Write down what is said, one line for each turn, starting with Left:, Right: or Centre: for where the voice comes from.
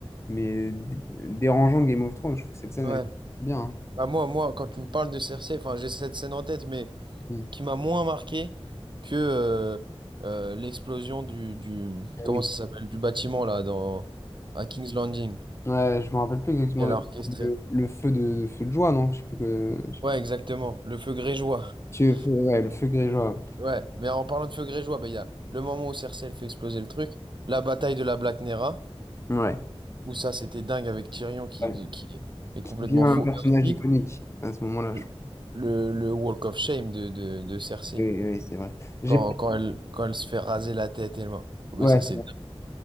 Left: mais d- dérangeant de Game of Thrones. Je trouve que cette scène,
Right: ouais.
Left: elle est bien. hein.
Right: Bah moi, moi, quand tu me parles de Cersei, enfin, j'ai cette scène en tête, mais.
Left: Mm.
Right: qui m'a moins marqué que euh, euh, l'explosion du, du
Left: Ah
Right: comment
Left: oui.
Right: ça s'appelle du bâtiment là dans à King's Landing
Left: Ouais, je me rappelle plus exactement
Right: qu'elle a Oui. orchestré.
Left: le, le feu de, de feu de joie, non? Je sais plus que... je sais
Right: Ouais,
Left: plus.
Right: exactement, le feu grégeois.
Left: Feu-
Right: <laughs>
Left: feu- ouais, le feu Greyjoy.
Right: Ouais, mais en parlant de feu grégeois, bah, il y a le moment où Cersei elle fait exploser le truc, la bataille de la Black Nera
Left: Ouais.
Right: où ça c'était dingue avec Tyrion qui
Left: Ouais.
Right: qui est complètement
Left: Qui devient un
Right: fou
Left: personnage
Right: et aussi
Left: iconique à ce moment-là,
Right: le,
Left: je crois.
Right: le le Walk of Shame de de, de Cersei
Left: Oui, oui, c'est vrai. J'ai
Right: quand
Left: pas...
Right: quand elle quand elle se fait raser la tête elle m'a- mais
Left: Ouais.
Right: ça c'est